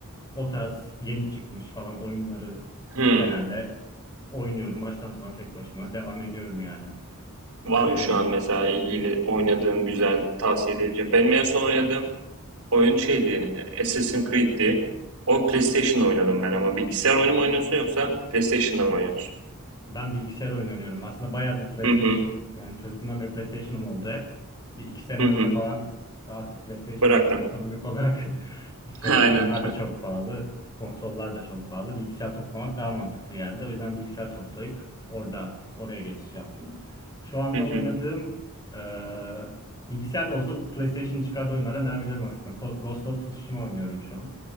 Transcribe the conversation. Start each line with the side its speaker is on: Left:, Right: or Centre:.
Left: o tarz yeni çıkmış falan oyunları
Right: Hımm.
Left: genelde oynuyorum. Baştan sona tek başıma devam ediyorum yani.
Right: Var
Left: Seviyorum.
Right: mı şu an mesela ilgili oynadığın güzel tavsiye edebileceğin? Benim en son oynadığım oyun şeydi, e, Assassin's Creed'ti. O PlayStation'da oynadım ben ama bilgisayar oyunu mu oynuyorsun yoksa PlayStation'da mı oynuyorsun?
Left: Ben bilgisayar oyunu oynuyorum. Aslında bayağıdır PlayStation
Right: Hı hı.
Left: yani çocukluğumdan beri PlayStation'ım oldu hep. Bir iki sene
Right: Hı
Left: önce
Right: hı.
Left: falan artık PlayStation
Right: Bıraktım.
Left: ekonomik olarak <laughs> şey
Right: <laughs> Aynen.
Left: oyunlar da çok pahalı. Konsollar da çok pahalı. Bilgisayar toplamak daha mantıklı geldi. O yüzden bilgisayar toplayıp orada oraya geçiş yaptım. Şu anda
Right: Hı hı.
Left: oynadığım eee bilgisayarda olsa PlayStation'ın çıkardığı oyunlardan devam ediyorum aslında. Ko- Ghost of Tsushima oynuyorum şu an.